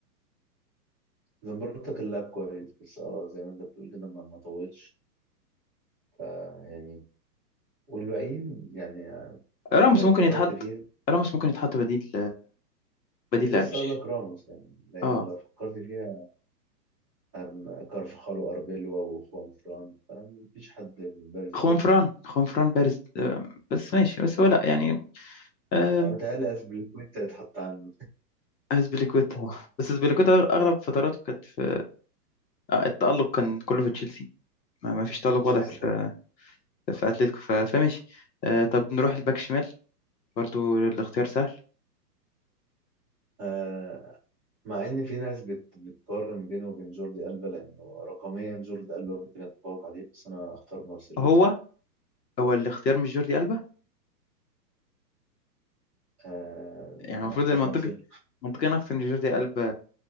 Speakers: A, in the centre; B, on the left.
A: زمبروتا كان لاعب كويس بس اه زي ما انت بتقول كده ما ما طولش فيعني والباقيين يعني
B: راموس
A: لو
B: ممكن
A: فكرت
B: يتحط
A: فيها
B: راموس ممكن يتحط بديل
A: كنت
B: بديل لألفيش
A: لسه اقول لك راموس يعني لان
B: اه
A: لو فكرت فيها أم- كارفخال واربيلو وخوان فران مفيش حد بارز
B: خوان
A: قوي
B: فران خوان فران بارز آه، بس ماشي بس هو لا يعني آه،
A: انا متهيألي اسبليكويتا يتحط عن
B: أسبليكويتا بس أسبليكويتا أغلب فتراته كانت في آه، التألق كان كله في تشيلسي ما ما فيش تألق
A: تشيلسي
B: واضح في,
A: طبعا
B: في أتلتيكو ف- فماشي آه، طب نروح الباك شمال برضو الاختيار سهل
A: آه مع ان في ناس بت بتقارن بينه وبين جوردي ألبا لانه رقميا جوردي ألبا ممكن يتفوق عليه بس انا اختار مارسيلو
B: هو هو الاختيار مش جوردي ألبا
A: آه،
B: يعني المفروض
A: اختار
B: المنطقي
A: مارسيلو
B: منطقيا أكتر إن جوردي ألبا